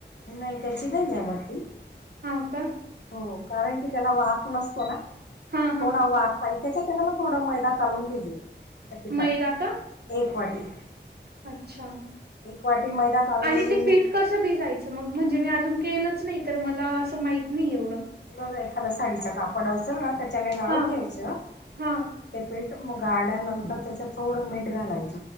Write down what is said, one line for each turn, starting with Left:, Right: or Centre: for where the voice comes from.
Left: नाही त्याची नाही जमत ती.
Right: हा का!
Left: हो कारण की त्याला वात नसतो ना
Right: हा हा
Left: थोडा वात त्याच्या त्याना मग थोडा मैदा कालून घेजो त्या पिठात
Right: मैदा का
Left: एक वाटी
Right: अच्छा.
Left: एक वाटी मैदा घालून
Right: आणि ते पीठ कसं भिजायचं मग म्हणजे मी अजून केलंच नाही तर मला असं माहत नाही एवढं
Left: बघा एखादा साडीचा कापड असेल ना त्याच्याने गाळून
Right: हा
Left: घ्यायचं.
Right: हा
Left: ते पीठ मग गाळल्यानंतर त्याच्यात थोडं मीठ घालायच